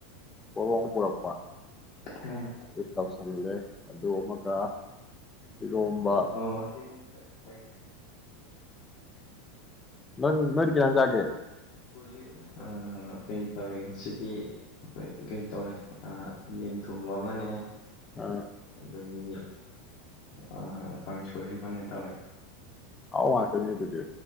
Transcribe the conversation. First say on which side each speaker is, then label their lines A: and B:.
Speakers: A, on the left (about 20°); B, on the left (about 55°).
A: ꯄꫭꯔꫭꯝ ꯄꯨꯔꯛꯄ
B: ꯑꯥ
A: ꯇ ꯁꯝꯂꯦ ꯑꯗꯨ ꯑꯃꯒ
B: <unintelligible>
A: ꯏꯔꯣꯝꯕ ꯅꯪ ꯅꯪꯗꯤ ꯀꯩꯏꯟꯖꯥꯡ ꯆꯥꯒꯦ
B: ꯍꯧꯖꯤꯛ ꯀꯩ ꯇꯧꯋꯦ ꯁꯤꯗꯤ ꯑꯩꯈꯣꯏ ꯀꯩ ꯇꯧꯋꯦ ꯌꯦꯟ ꯊꯨꯝꯕ ꯑꯃꯅꯦ
A: ꯑꯥ
B: ꯑꯗꯒꯤ ꯑ ꯀꯥꯡꯁꯣꯏ ꯑꯃꯅꯦ ꯇꯧꯋꯦ
A: ꯑꯍꯥꯎ ꯉꯥꯛꯇꯅꯤ ꯑꯗꯨꯗꯤ